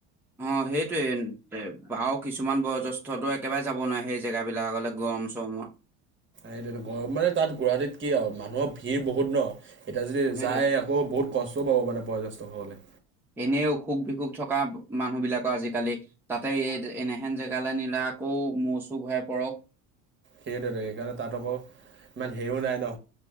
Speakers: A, in the centre; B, on the right.
A: অ সেইটোৱে আৰু কিছুমান বয়জ্যেষ্ঠতো একেবাৰে যাব নোৱাৰে সেই জেগাবিলাকলে গৰম চম গৰমত।
B: এইটো টো মানে তাত গুৱাহাটীত কি আৰু মানুহৰ ভিৰ বহুত ন' এতিয়া যদি
A: সেইটোৱে
B: যায় আকৌ বহুত কষ্টও পাব মানে বয়োজ্যেষ্ঠ সকলে।
A: এনেই অসুখ বিসুখ থকা মানুহ বিিলাকৰ আজিকালি তাতে এনেহেন জেগা গালে নীলা আকৌ মৌ চু ঘূৰাই পৰক।
B: সেইটোৱ সেইকাৰণে তাত আকৌ ইমান হেৰিও নাই ন